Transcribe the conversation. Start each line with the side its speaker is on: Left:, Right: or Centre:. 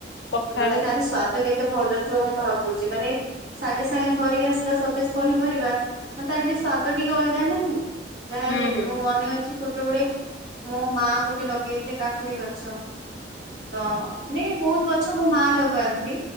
Left: ପଖାଳ
Right: ମାନେ ତାର ସ୍ଵାଦ କେତେ ଭଲ ଥିବ ମୁଁ ଭାବୁଚି ମାନେ ସାଙ୍ଗେ ସାଙ୍ଗେ ଧରିକି ଆସିଲ ସତେଜ୍ ପନିପରିବା ଆଁ ତାର ବି ସ୍ଵାଦ ଟିକେ ଅଲଗା ନାହିଁ? ଯାହା ହେଲେ
Left: ହୁଁ ହୁଁ।
Right: ବି ମୁଁ ମନେ ଅ ଛି ଛୋଟଓଳେ ମୋ ମା ଗୋଟେ ଲଗେଇଥିଲେ କାକୁଡ଼ି ଗଛ ତ ନାଇଁ ବୋହୁତ ଗଛ ମୋ ମା ଲଗାନ୍ତି